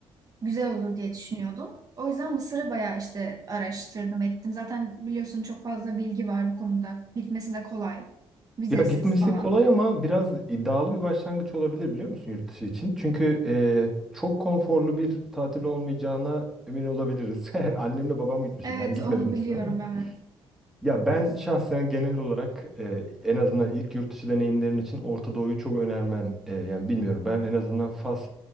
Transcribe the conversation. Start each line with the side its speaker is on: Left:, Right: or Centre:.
Right: güzel olur diye düşünüyordum. O yüzden Mısır'ı bayağı işte araştırdım ettim. Zaten biliyorsun çok fazla bilgi var bu konuda. Gitmesi de kolay. Vizesiz
Centre: Ya gitmesi
Right: falan.
Centre: kolay ama biraz iddialı bir başlangıç olabilir biliyor musun yurt dışı için? Çünkü e, çok konforlu bir tatil olmayacağına emin olabiliriz. <laughs> Annemle babam gitmişti.
Right: Evet
Centre: Ben gitmedim
Right: onu
Centre: Mısır
Right: biliyorum
Centre: ama.
Right: evet.
Centre: Ya ben şahsen genel olarak e, en azından ilk yurt dışı deneyimlerin için Orta Doğu'yu çok önermem. E, yani bilmiyorum ben en azından Fas